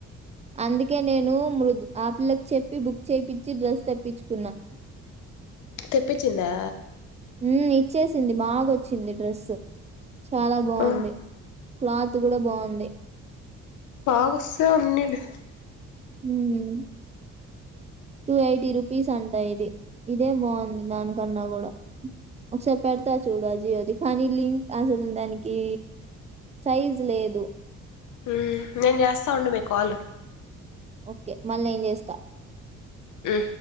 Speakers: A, on the right; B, on the left.
A: అందుకే నేను మృద్ ఆ పిల్లకు చెప్పి బుక్ చేయిించి డ్రెస్ తెప్పించుకున్నా
B: తెప్పించిందా
A: హుమ్మ్ ఇచ్చేసింది బాగాొచ్చింది డ్రెస్ చాలా బాగుంది
B: ఆ
A: క్లాత్ కూడా బాగుంది
B: బాగోస్తే ఉన్నిలే
A: హుమ్మ్ టూ ఎయిటీ రూపీస్ అంటా ఇది ఇదే బాగుంది దానికన్నా కూడా ఒకసారి పెడతా చూడు ఆజి అది కానీ లింక్ అసలు దానికి సైజ్ లేద్ దు
B: హు నేను చేస్తా ఉండమ్మి కాల్
A: ఓకే మళ్ళీ నిన్ చేస్తా
B: మ్